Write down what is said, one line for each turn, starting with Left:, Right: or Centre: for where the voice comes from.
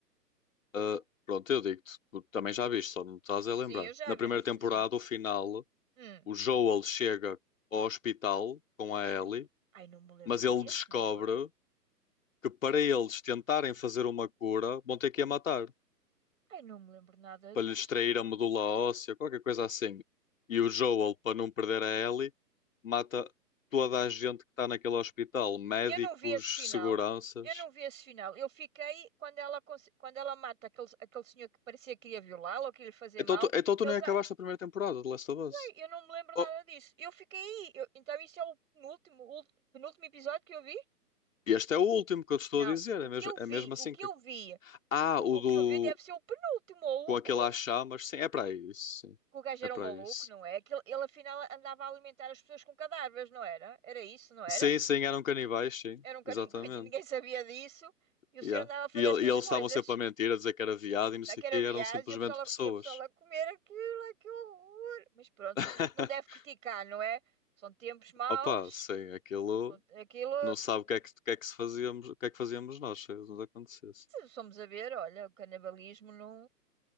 Left: Ah, pronto, eu digo-te, tu também já viste, só não te estás a lembrar.
Right: Sim, eu já
Left: Na
Right: vi,
Left: primeira
Right: não, est-
Left: temporada,
Right: sim.
Left: o final,
Right: Hum,
Left: o Joel chega ao hospital com
Right: hospital.
Left: a Ellie,
Right: Ai, não me lembro
Left: mas ele
Right: mesmo,
Left: descobre
Right: Igor.
Left: que para eles tentarem fazer uma cura, vão ter que a matar.
Right: Ai, não me lembro nada
Left: para
Right: disto.
Left: lhe extrair a medula óssea, qualquer coisa assim. E o Joel, para não perder a Ellie, mata toda a gente que está naquele hospital, médicos,
Right: Eu não vi esse final.
Left: seguranças.
Right: Eu não vi esse final. Eu fiquei quando ela, cons- quando ela mata aquele, aquele senhor que parecia que ia violá-la ou que ia lhe fazer
Left: Então
Right: mal.
Left: tu, então tu
Right: Eles,
Left: nem acabaste
Right: ah,
Left: a primeira temporada de Last of Us.
Right: ai, eu não me lembro nada
Left: Oh,
Right: disso. Eu fiquei aí. Eu- então isso é o penúltimo, ul- penúltimo episódio que eu vi?
Left: este é o último que eu te estou
Right: Não.
Left: a dizer,
Right: O
Left: é mesmo,
Right: que eu vi,
Left: é mesmo assim
Right: o que
Left: que.
Right: eu vi,
Left: Ah, o
Right: o
Left: do.
Right: que eu vi deve ser o penúltimo. Ou,
Left: com aquele
Right: ou
Left: às chamas, sim, é para isso, sim.
Right: que o gajo
Left: É
Right: era
Left: para
Right: um maluco,
Left: isso.
Right: não é? Que ele, ele afinal andava a alimentar as pessoas com cadáveres, não era? Era isso, não era?
Left: Sim, sim, eram canibais, sim,
Right: Era um canicuito
Left: exatamente.
Right: e ninguém sabia disso. E o senhor
Left: Yeah.
Right: andava a fazer
Left: E, ele-
Right: estas
Left: e eles
Right: coisas.
Left: estavam sempre a mentir, a dizer que era viado e não
Right: Naquela
Left: sei o quê,
Right: viagem
Left: eram simplesmente
Right: e a pessoa,
Left: pessoas.
Right: lá- e a pessoa lá a comer aquilo, ai que horror. Mas pronto,
Left: <laughs>
Right: a gente não deve criticar, não é? São tempos maus.
Left: Opa, sim, aquilo
Right: São- Aquilo,
Left: não sabe o que é que, o que é que se fazíamos, o que é que fazíamos nós se isso nos acontecesse.
Right: se somos a ver, olha, o canibalismo não.